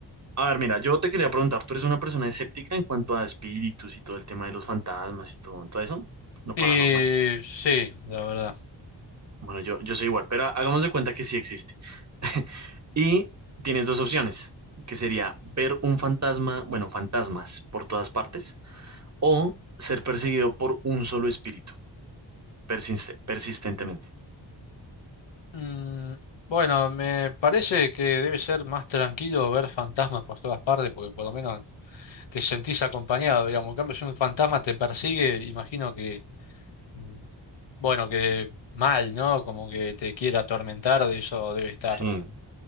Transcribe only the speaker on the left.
Y
sí, la verdad.
Mm, bueno, me parece que debe ser más tranquilo ver fantasmas por todas partes, porque por lo menos te sentís acompañado, digamos. En cambio, si un fantasma te persigue, imagino que, mm, bueno, que mal, ¿no? Como que te quiera atormentar, de eso debe estar,